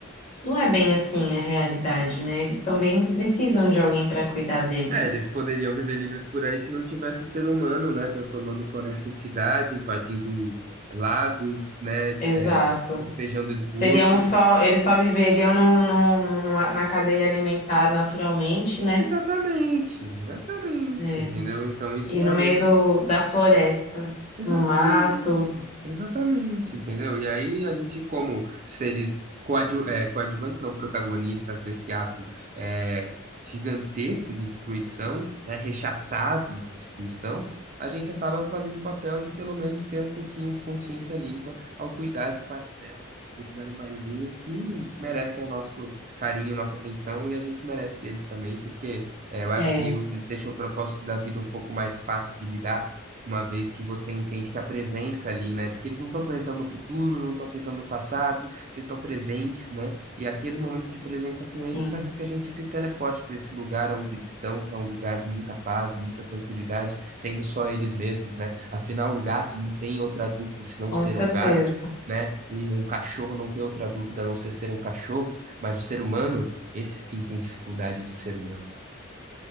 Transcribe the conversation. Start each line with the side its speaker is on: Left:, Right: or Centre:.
Left: não é bem assim a realidade, né? Eles também precisam de alguém para cuidar deles.
Right: É, eles poderiam viver livres por aí se não tivesse o ser humano, né? Transformando floresta em cidade, invadindo eh, lagos, né?
Left: Exato.
Right: é, despejando esgoto.
Left: Seriam só, eles só viveriam no, no- no- numa- na cadeia alimentar naturalmente, né?
Right: Exatamente, exatamente,
Left: É.
Right: entendeu? Então isso
Left: E
Right: realmente.
Left: no meio do, da floresta,
Right: Exatamente,
Left: no mato.
Right: exatamente, entendeu? E aí a gente, como seres coadju é, coadjuvantes, não protagonistas desse ato é, gigantesco de destruição, né, rechaçável de destruição, a gente acaba fazendo o papel de pelo menos ter um pouquinho de consciência limpa ao cuidar de parcela desses animaizinhos que merecem o nosso carinho, nossa atenção, e a gente merece eles também, porque é, eu acho
Left: É,
Right: que eles deixam o propósito da vida um pouco mais fácil de lidar uma vez que você entende que a presença ali, né? Porque eles não estão pensando no futuro, não estão pensando no passado, eles estão presentes, né? E aquele momento de presença com eles
Left: sim,
Right: faz com que a gente se teleporte para esse lugar onde eles estão, que é um lugar de muita paz, de muita tranquilidade, sendo só eles mesmos, né? Afinal, um gato não tem outra dúvida senão
Left: com
Right: ser
Left: certeza.
Right: um gato, né? Um, um cachorro não tem outra dúvida a não ser ser um cachorro, mas o ser humano, esse sim tem dificuldade de ser humano.